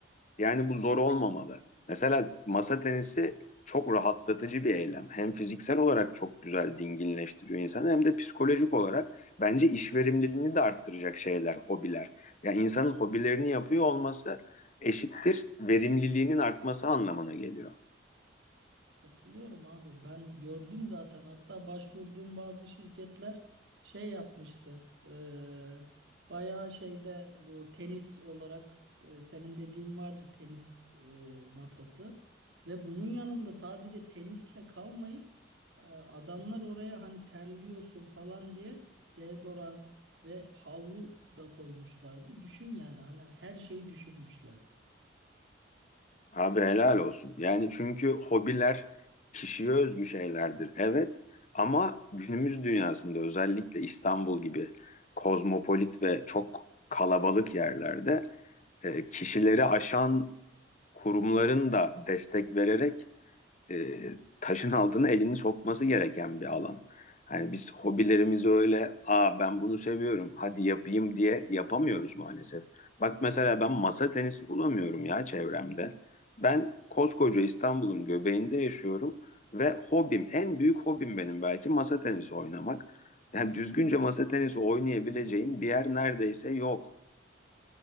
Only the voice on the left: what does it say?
Yani bu zor olmamalı. Mesela masa tenisi çok rahatlatıcı bir eylem. Hem fiziksel olarak çok güzel dinginleştiriyor insanı hem de psikolojik olarak bence iş verimliliğini de arttıracak şeyler, hobiler. Yani insanın hobilerini yapıyor olması eşittir verimliliğinin artması anlamına geliyor.
Abi helal olsun. Yani çünkü hobiler kişiye özgü şeylerdir. Evet ama günümüz dünyasında özellikle İstanbul gibi kozmopolit ve çok kalabalık yerlerde e, kişileri aşan kurumların da destek vererek e, taşın altına elini sokması gereken bir alan. Yani biz hobilerimizi öyle, aa ben bunu seviyorum, hadi yapayım diye yapamıyoruz maalesef. Bak mesela ben masa tenisi bulamıyorum ya çevremde. Ben koskoca İstanbul'un göbeğinde yaşıyorum ve hobim, en büyük hobim benim belki masa tenisi oynamak. Yani düzgünce masa tenisi oynayabileceğim bir yer neredeyse yok.